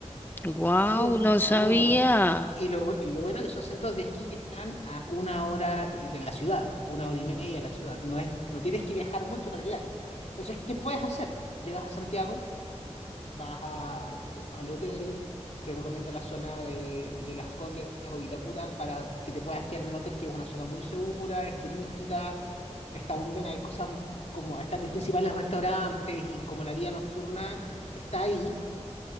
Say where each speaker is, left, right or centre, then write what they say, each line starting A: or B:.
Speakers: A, on the left (about 15°); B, on the left (about 70°).
A: wow,
B: Muy bueno,
A: no sabía.
B: muy bueno. Y lo, y lo bueno que son centros de esquí que están a una hora y de la ciudad, a una hora y media de la ciudad. No es, no tienes que viajar mucho para llegar. Entonces, ¿qué puedes hacer? Llegas a Santiago, vas a- al hotel, te recomiendo la zona de, de Las Condes o Vitacura para que te puedas quedar en un hotel que es una zona muy segura, es turística, está muy bien, hay cosas como están los principales restaurantes y como la vida nocturna está ahí